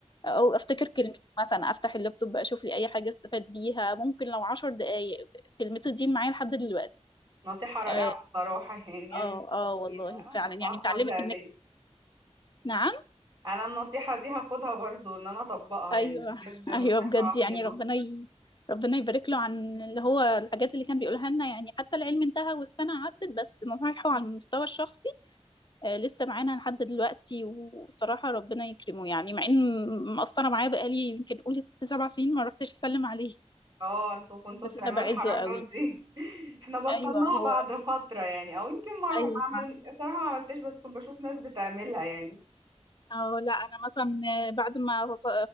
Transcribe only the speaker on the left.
او افتكر كلمة مثلا افتح اللابتوب اشوف لي اي حاجة استفاد بيها ممكن لو عشر دقايق كلمته دي معايا لحد دلوقتي
اه
اه
آه والله
فعلا يعني
بتعلمك انك
نعم
ايوه
<laughs>
ايوه بجد
يعني ربنا ي... ربنا يبارك له عن اللي هو الحاجات اللي كان بيقولها لنا يعني حتى العلم انتهى والسنه عدت بس نصايحه على المستوى الشخصي آه لسه معانا لحد دلوقتي وصراحه ربنا يكرمه يعني مع ان مقصره معاه بقالي يمكن قولي ست سبع سنين ما رحتش اسلم عليه
بس
انا بعزه
قوي
ايوه هو
ايوه
صح
أو لا أنا مثلا بعد ما ف-